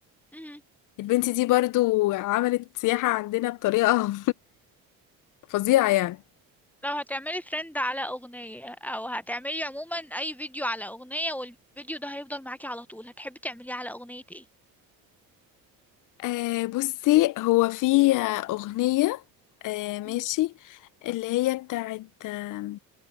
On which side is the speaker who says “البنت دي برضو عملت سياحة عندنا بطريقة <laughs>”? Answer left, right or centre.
Left